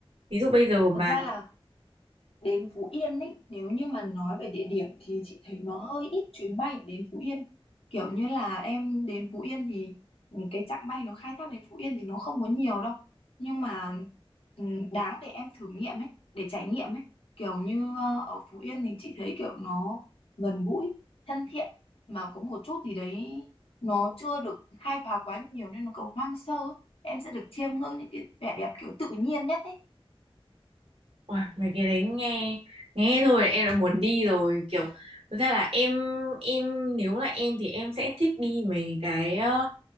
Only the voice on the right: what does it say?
ví dụ bây giờ mà
Ôi, mấy cái đấy nghe nghe thôi em đã muốn đi rồi kiểu thực ra là em em nếu là em thì em sẽ thích đi mấy cái ờ,